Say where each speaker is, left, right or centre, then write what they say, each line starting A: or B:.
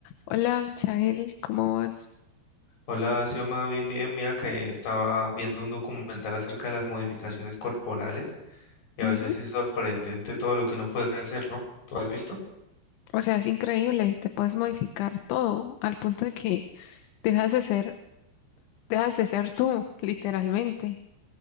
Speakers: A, on the left; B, on the left.
A: Hola, Michael, ¿cómo vas?
B: Hola, Xioma, bien, bien. Mira que estaba viendo un documental acerca de las modificaciones corporales y a
A: Ujú.
B: veces es sorprendente todo lo que uno puede hacer, ¿no? ¿Tú has visto?
A: O sea, es increíble, te puedes modificar todo al punto de que dejas de ser, dejas de ser tú, literalmente.